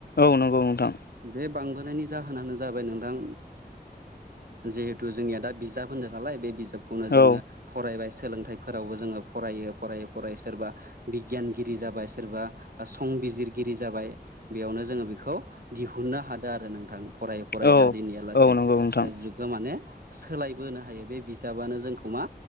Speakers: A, on the left; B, on the right.
A: औ नंगौ नोंथां।
B: बे बांबोनायनि जाहोनानो जाबाय नोंथां जिहेथु जोंनिया दा बिजाब होन्दों नालाय बे बिजाबखौनो जोङो
A: औ
B: फरायबाय सोलोंथाइफोरावबो जोङो फरायो फरायै फरायै सोरबा बिगियानगिरि जाबाय सोरबा संबिजिर गिरि जाबाय बेयावनो जोङो बेखौ दिहुननो हादों आरो नोंथां फराय फराय
A: औ
B: दा दिननिया लासे
A: औ नंगौ नोंथां
B: जुगा माने सोलायबोनो हायो बे बिजाबानो जोंखौ मा